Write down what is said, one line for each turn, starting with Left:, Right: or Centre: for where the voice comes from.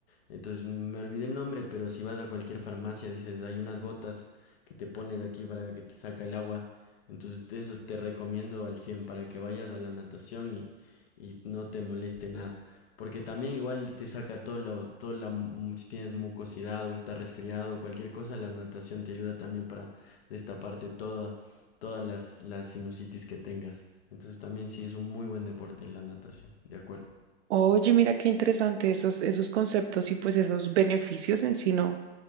Left: Entonces me olvidé el nombre, pero si vas a cualquier farmacia dices, hay unas gotas que te pones aquí para que te saca el agua. Entonces te- eso te recomiendo al 100 para que vayas a la natación y, y no te moleste nada. Porque también igual te saca todo lo, todo la, si tienes mucosidad o estás resfriado o cualquier cosa, la natación te ayuda también para destaparte toda, todas las, las sinusitis que tengas. Entonces también sí es un muy buen deporte la natación, de acuerdo.
Right: Oye, mira qué interesante esos, esos conceptos y pues esos beneficios en sí no,